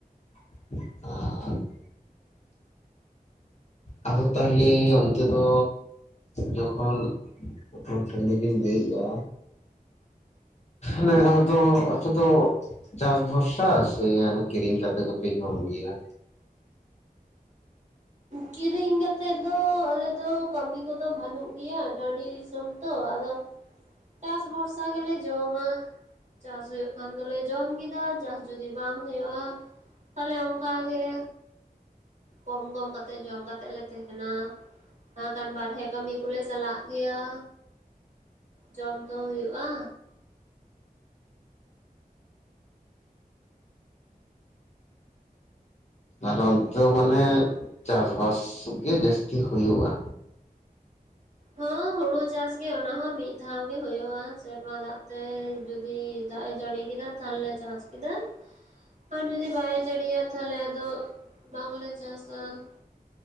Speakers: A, on the left (about 45°); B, on the right (about 50°).
A: <unintelligible> ᱟᱫᱚ ᱛᱟᱞᱦᱮ ᱚᱱᱛᱮ ᱫᱚ ᱡᱚᱠᱷᱚᱱ ᱢᱤᱫᱴᱮᱱ ᱴᱟᱱᱰᱤ ᱜᱤᱧ ᱞᱟᱹᱭᱮᱜ-ᱟ ᱱᱤᱭᱟ ᱫᱷᱟᱣ ᱫᱚ ᱟᱛᱳ ᱫᱚ ᱪᱟᱥ ᱵᱷᱚᱨᱥᱟ ᱥᱮ ᱠᱤᱨᱤᱧ ᱠᱟᱛᱮᱜ ᱜᱮᱯᱮ ᱡᱚᱢ ᱜᱮᱭᱟ
B: ᱠᱤᱨᱤᱧ ᱠᱟᱛᱮᱫ ᱫᱚ ᱟᱞᱮᱫᱚ ᱠᱟᱹᱢᱤ ᱠᱚᱫᱚ ᱵᱟᱹᱱᱩᱜ ᱜᱮᱭᱟ ᱴᱟᱺᱰᱤ ᱫᱤᱥᱚᱢ ᱛᱚ ᱟᱫᱚ ᱪᱟᱥ ᱵᱷᱚᱨᱥᱟ ᱜᱮᱞᱮ ᱡᱚᱢᱟ᱾ ᱪᱟᱥ ᱦᱳᱭᱳᱜ ᱠᱷᱟᱱ ᱫᱚᱞᱮ ᱡᱚᱢ ᱠᱮᱫᱟ ᱪᱟᱥ ᱡᱚᱫᱤ ᱵᱟᱝ ᱦᱳᱭᱳᱜ-ᱟ ᱛᱟᱦᱚᱞᱮ ᱚᱱᱠᱟᱜᱮ ᱠᱚᱢ ᱠᱚᱢ ᱠᱟᱛᱮᱜ ᱡᱚᱢ ᱠᱟᱛᱮᱜ ᱞᱮ ᱛᱟᱦᱮᱸᱱᱟ ᱠᱷᱟᱱ ᱵᱟᱨᱦᱮ ᱠᱟᱹᱢᱤ ᱠᱚᱞᱮ ᱪᱟᱞᱟᱜ ᱜᱮᱭᱟ ᱡᱚᱢ ᱛᱚ ᱦᱩᱭᱩᱜ-ᱟ᱾
A: ᱟᱫᱚ ᱚᱱᱛᱮ ᱢᱟᱱᱮ ᱪᱟᱥᱵᱟᱥ ᱜᱮ ᱡᱟᱹᱥᱛᱤ ᱦᱩᱭᱩᱜ-ᱟ᱾
B: ᱦᱚᱸ ᱦᱩᱲᱩ ᱪᱟᱥᱜᱮ ᱚᱱᱟ ᱦᱚᱸ ᱢᱤᱫ ᱫᱷᱟᱣ ᱜᱮ ᱦᱩᱭᱩᱜ-ᱟ ᱥᱮᱨᱢᱟ ᱫᱟᱜ ᱦᱮᱸ ᱡᱩᱫᱤ ᱫᱟᱜ ᱮ ᱡᱟᱹᱲᱤ ᱠᱮᱫᱟ ᱛᱟᱞᱦᱮ ᱪᱟᱥ ᱠᱮᱫᱟ ᱟᱨ ᱡᱩᱫᱤ ᱵᱟᱭ ᱡᱟᱹᱲᱤᱭᱟ ᱛᱟᱞᱦᱮ ᱟᱫᱚ ᱵᱟᱝᱞᱮ ᱪᱟᱥᱟ